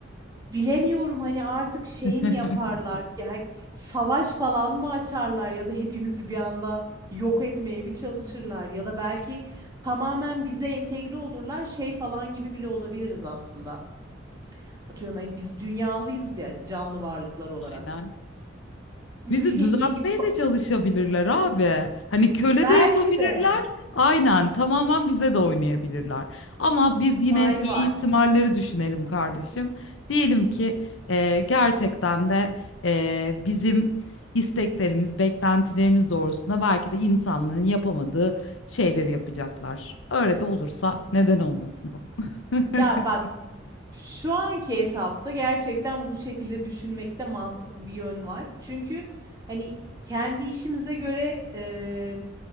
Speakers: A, on the right (about 20°); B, on the left (about 75°).
A: Bilemiyorum hani artık şey
B: <laughs>
A: mi yaparlar? Yani savaş falan mı açarlar ya da hepimizi bir anda yok etmeye mi çalışırlar ya da belki tamamen bize entegre olurlar şey falan gibi bile olabiliriz aslında. Atıyorum hani biz dünyalıyız ya canlı varlıklar olarak.
B: Aynen.
A: Mülteci
B: Bizi düzeltmeye
A: gibi fa-
B: de çalışabilirler abi. Hani köle
A: belki
B: de yapabilirler.
A: de
B: Aynen tamamen bize de oynayabilirler. Ama
A: ihtimali
B: biz yine iyi
A: var.
B: ihtimalleri düşünelim kardeşim. Diyelim ki e, gerçekten de e, bizim isteklerimiz, beklentilerimiz doğrusunda belki de insanlığın yapamadığı şeyleri yapacaklar. Öyle de olursa neden olmasın? <laughs>
A: Ya bak şu anki etapta gerçekten bu şekilde düşünmekte mantıklı bir yön var. Çünkü hani kendi işimize göre e,